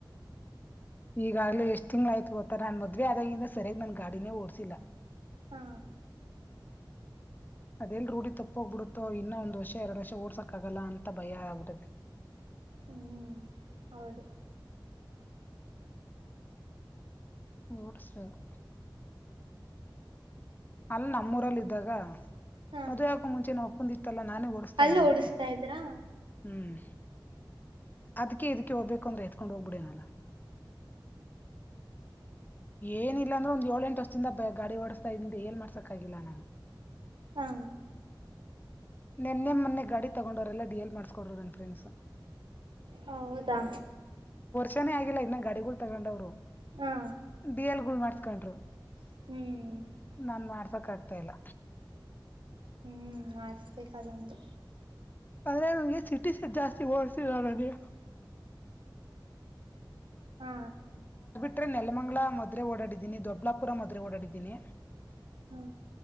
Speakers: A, on the left; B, on the right.
A: ಈಗಾಗ್ಲೂ ಎಷ್ಟ್ ತಿಂಗ್ಳ ಆಯ್ತು ಗೊತ್ತಾ ನಾನ್ ಮದ್ವೆ ಆದದಾಗಿಂದ ಸರಿಯಾಗಿ ನನ್ ಗಾಡಿನೇ ಓಡ್ಸಿಲ್ಲಾ
B: ಹ್ಮ
A: ಅದೆೇಲ್ ರೂಢಿ ತಪ್ಪೋಗ್ಬಿಡುತ್ತೋ ಇನ್ನ ಒಂದ್ ವರ್ಷ ಎರಡು ವರ್ಷ ಓಡ್ಸೋಕ್ಾಗಲ್ಲ ಅಂತ ಭಯ ಆಗ್ಬಿಡಿದೆ
B: ಹ್ಮ್ ಹೌದು
A: ಗೋಡ ಶಲೇದು ಅಲ್ಲ ನಮ್ಮೂರಲ್ಲಿ ಇದ್ದಾಗ
B: ಹಾ
A: ಮದುವೆ ಆಗೋಕು ಮುಂಚೇನೆ ಒ ಲ್ಲ ನಾನೇ ಓಡಿಸ್ತಾ
B: ಅಲ್ಲಿ
A: ಇದ್ದು
B: ಓಡಿಸ್ತಾ ಇದ್ರಾ
A: ಹ್ಮ್ ಅದ್ಕ ಇದಕ್ಕೆ ಹೋಗ್ಬೇಕು ಅಂದ್ರೆ ಎತ್ಕೊಂಡ್ ಹೋಗ್ಬಿಡೇನಲ್ಲ ಏನಿಲ್ಲ ಅಂದ್ರೆ ಒಂದ್ ಏಳ ಎಂಟು ವರ್ಷದಿಂದ ಗಾಡಿ ಓಡಸ್ತಾ ಇದಿಂದ ಏನ್ ಮಾಡ್ಸಕ್ಾಗಿಲ್ಲ ನಾನು
B: ಹಾ
A: ನೆನ್ನೆ ಮೊನ್ನೆ ಗಾಡಿ ತಗೊಂಡೋವರೆಲ್ಲ ಡಿ ಎಲ್ ಮಾಡಸ್ಕೊ್ರರು ನನ್ ಫ್ರೆಂಡ್ಸ್
B: ಹೌದಾ
A: ಚೆೇ ಆಗಿಲ್ಲ ಇನ್ನ ಗಾಡಿಗಳು ತಗೊಂಡವ್ರು
B: ಹಾ
A: ಬ ಎಲ್ ಮಾಡಸ್ಕೊಂಡ್ರು
B: ಹ್ಮ್
A: ನಾನ್ ಮಾಡ್ಸಕ್ ಆಗ್ತಾ ಇಲ್ಲ
B: ಹ್ಮ್ ಮಾಡಿಸ್ಬೇಕದೊಂದು
A: ಅ್ರ ನಗೆ ಸಿಟಿ ಸೆಟ್ ಜಾಸ್ತಿ ಓಡ್ತಿದ ನನಗೆ
B: ಹಾ
A: ಅ್ರ ನೆಲಮಂಗ್ಾ ಮದೆ ಓಡಿದ್ದೀನಿ ದೊಡ್ಬಲಾಪುರ ಮದುವ ಓಡಿದ್ದೀನಿ
B: ಹ್ಮ